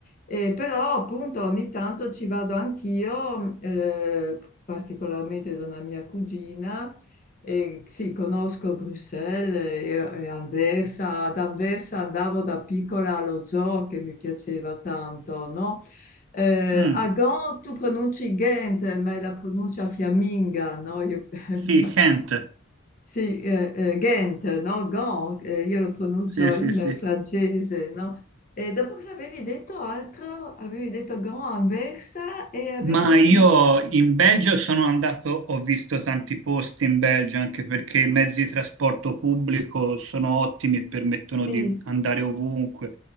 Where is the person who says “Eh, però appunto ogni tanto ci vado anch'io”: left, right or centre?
Left